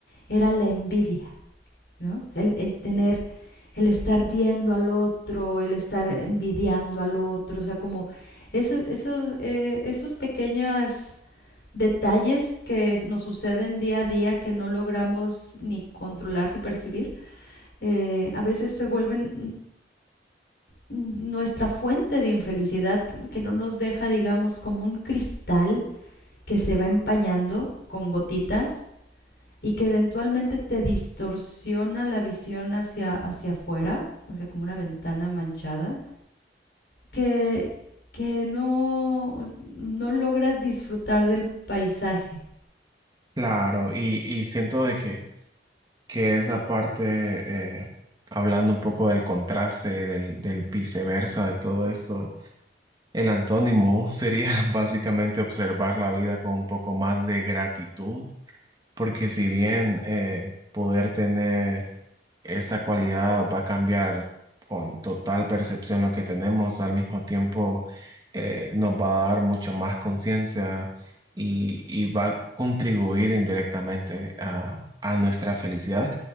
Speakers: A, on the left; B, on the right.
A: era la envidia. ¿no? El, el, tener, el estar viendo al otro, el estar envidiando al otro, o sea, como esos, esos, eh, esos pequeños detalles que nos suceden día a día que no logramos ni controlar ni percibir, eh, a veces se vuelven nuestra fuente de infelicidad que no nos deja, digamos, como un cristal que se va empañando con gotitas y que eventualmente te distorsiona la visión hacia, hacia afuera, o sea, como una ventana manchada, que, que no, no logras disfrutar del paisaje.
B: Claro, y, y siento de que, que esa parte, eh, hablando un poco del contraste, del, del viceversa de todo esto, el antónimo sería <laughs> básicamente observar la vida con un poco más de gratitud, porque si bien eh, poder tener esta cualidad va a cambiar con total percepción lo que tenemos, al mismo tiempo eh, nos va a dar mucho más conciencia y, y va a contribuir indirectamente a, a nuestra felicidad.